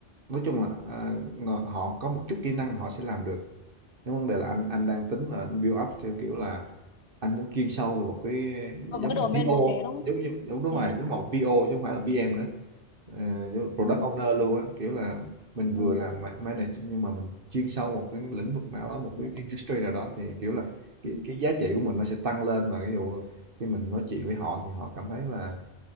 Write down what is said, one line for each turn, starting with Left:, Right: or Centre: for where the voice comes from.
Right: nói chung là, ờ, ngờ họ có một chút kỹ năng họ sẽ làm được. Nhưng vấn đề là anh anh đang tính là anh build up theo kiểu là anh muốn chuyên sâu về một cái
Left: ở
Right: giống
Left: một cái
Right: như
Left: domain
Right: PO,
Left: cụ thể đúng không
Right: giống giống giống đúng
Left: ừ.
Right: rồi, giống một PO chứ không phải là PM nữa. Ờ, giống product
Left: Ừ.
Right: owner luôn á, kiểu là mình vừa
Left: Ừ.
Right: làm ma- manage nhưng mà mình chuyên sâu một cái lĩnh vực nào đó, một
Left: ừ.
Right: cái industry nào đó thì kiểu là cái,
Left: Ừ.
Right: cái giá trị của mình nó sẽ tăng lên và ví dụ khi mình nói chuyện với họ thì họ cảm thấy là